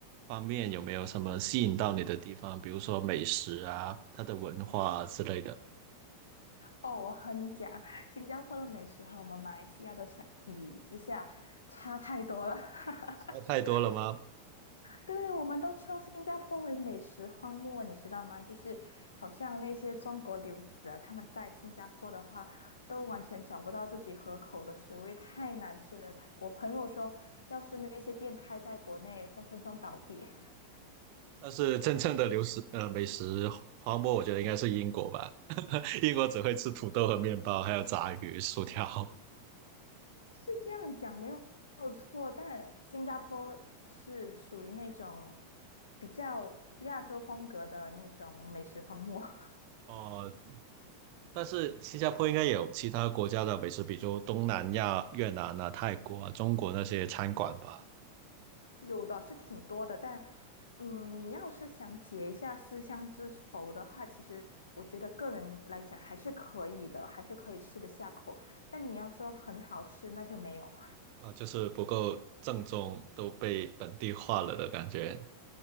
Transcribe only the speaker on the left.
哦，我和你讲，新加坡的美食和我们马来西亚的相比之下差太多了。<laughs>
对，我们都称新加坡为美食荒漠，你知道吗？就是好像那些中国留子啊，他们在新加坡的话，都完全找不到自己合口的食物，因为太难吃了。他我朋友说，要是那些店开在国内，分分钟倒闭。<laughs>
是这样讲没有没有错，但新加坡是属于那种比较亚洲风格的那种美食荒漠。<laughs>
有的是挺多的，但，嗯，你要是想解一下思乡之愁的话，其实我觉得个人来讲还是可以的，还是可以吃得下口。但你要说很好吃，那就没有。<laughs>